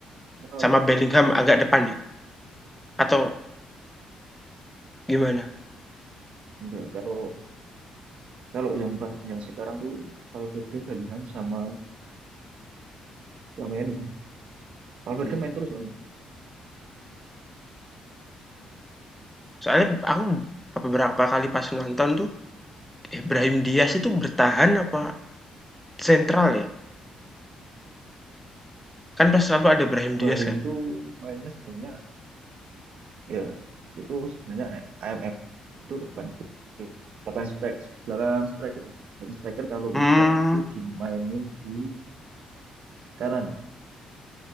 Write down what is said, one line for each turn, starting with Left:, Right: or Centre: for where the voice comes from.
Right: Kalau
Centre: sama Bellingham agak depan ya? Atau gimana?
Right: enggak, kalau kalau yang ba- yang sekarang tuh Valverde, Bellingham sama sama ini sih. Valverde
Centre: Hmm.
Right: main terus soalnya.
Centre: Soalnya aku beberapa kali pas nonton tuh, eh, Brahim Diaz itu bertahan apa sentral ya? Kan pas selalu ada Brahim
Right: Brahim
Centre: Diaz kan?
Right: tuh mainnya sebenarnya ya itu sebenarnya IMF itu depan belakang strike belakang striker lah. belakang striker kalau
Centre: Mmm,
Right: enggak tuh dimainin di kanan